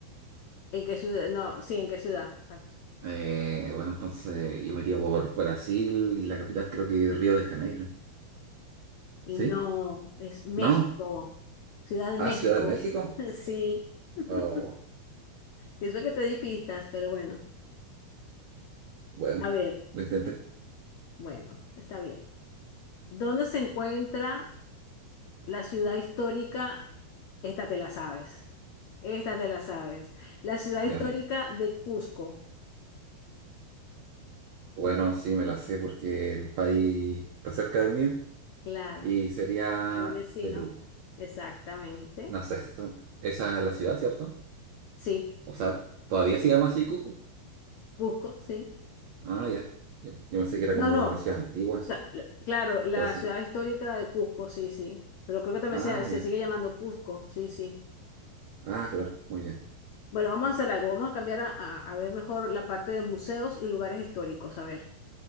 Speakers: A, on the left; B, on the right.
A: ¿En qué ciudad? No, sí, ¿en qué ciudad? Exacto.
B: Eh, bueno, entonces yo me iría por Brasil y la capital creo que Río de Janeiro.
A: Y
B: ¿Sí?
A: no, es México,
B: ¿No?
A: Ciudad de
B: Ah,
A: México.
B: Ciudad de México.
A: <laughs> Sí. <laughs>
B: Oh,
A: Eso que te di pistas, pero bueno.
B: bueno,
A: A ver,
B: lo intenté.
A: bueno, está bien. ¿Dónde se encuentra la ciudad histórica? Esta te la sabes. Esta te la sabes. La ciudad histórica
B: Ya.
A: de Cusco.
B: Bueno, sí, me la sé porque el país está cerca del mío
A: Claro,
B: y sería
A: ahí vecino.
B: Perú.
A: Exactamente.
B: No sé, esa esa es la ciudad, ¿cierto?
A: Sí,
B: O sea, todavía se llama así Cusco.
A: Cusco, sí.
B: Ah, ya. Ya. Yo pensé que era
A: No,
B: como
A: no.
B: una ciudad antigua
A: O sea, la- claro, la
B: o eso.
A: ciudad histórica de Cusco, sí, sí. Pero creo que también
B: Ah,
A: se, se
B: ya.
A: sigue llamando Cusco, sí, sí.
B: Ah, claro. Muy bien.
A: Bueno, vamos a hacer algo, vamos a cambiar a, a- a ver mejor la parte de museos y lugares históricos. A ver.